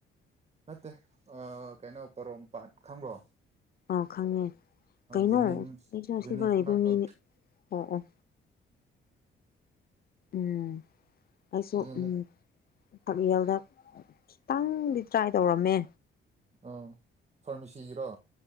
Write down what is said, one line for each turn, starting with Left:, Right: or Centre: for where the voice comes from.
Right: ꯅꯠꯇꯦ ꯑ ꯀꯩꯅꯣ ꯄꯣꯔꯣꯝꯄꯥꯥꯠ ꯈꯪꯕ꯭ꯔꯣ
Left: ꯑꯣ ꯈꯪꯉꯦ ꯀꯩꯅꯣ
Right: ꯖꯦꯅꯤꯝ ꯖꯦꯅꯤꯝꯁ
Left: ꯑꯩꯁꯨ ꯑꯁꯤꯗ
Right: ꯖꯦꯅꯤꯝꯁ
Left: ꯂꯩꯕ
Right: ꯃꯅꯥꯛꯇꯣ
Left: ꯃꯤꯅꯦ ꯑꯣ ꯑꯣ ꯎꯝ ꯑꯩꯁꯨ
Right: ꯑꯗꯨꯗ
Left: ꯎꯝ ꯇꯥꯛꯌꯦꯜꯗ ꯈꯤꯇꯪꯗꯤ ꯇ꯭ꯔꯥꯏ ꯇꯧꯔꯝꯃꯦ
Right: ꯑꯥ ꯐꯥꯔꯃꯥꯁꯤꯒꯤꯔꯣ